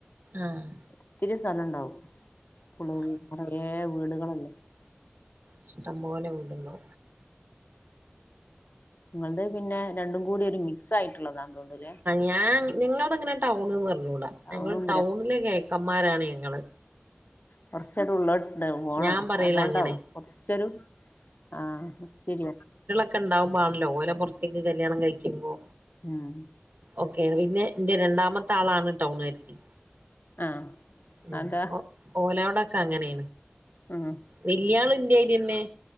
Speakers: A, on the right; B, on the left.
A: ആഹ്
B: ഇത്തിരി സ്ഥലണ്ടാവും <unintelligible> കുറ വീടുകളല്ലെ
A: ഇഷ്ട്ടം പോലെ ഉണ്ടല്ലൊ
B: നിങ്ങൾത് പിന്നെ രണ്ടും കൂടി ഒരു മിക്സ് ആയിട്ടുള്ളതാ തോന്നുല്ലേ
A: ഞാ ഞങ്ങൾതങ്ങനെ ടൗൺന്ന് പറഞ്ഞൂടാ
B: ടൗണും
A: ഞങ്ങൾ ടൗണിലെ കേക്കന്മാരാണ് ഞങ്ങള്
B: കൊറച്ചരു ഉള്ളോട്ട്ണ്ട് പോണം
A: ഞാൻ പറയല
B: അതോണ്ടാവും
A: അങ്ങനെ
B: കൊർച്ചൊരു ആഹ് ശരിയാ
A: ഒക്ക ഉണ്ടാവുമ്പാണല്ലോ ഓലെ പുറത്തേക്ക് കല്യാണം കഴിക്കുമ്പോ
B: ആഹ്
A: ഓക്കെ പിന്നെ എന്റെ രണ്ടാമത്തെ ആളാണ് ടൗണാര്ത്തി
B: ആഹ്
A: ഉം
B: അതാ
A: ഓലോടൊക്കെ അങ്ങനെണ്
B: ഉം
A: വല്ല്യാൾ ന്തേ പിന്നെ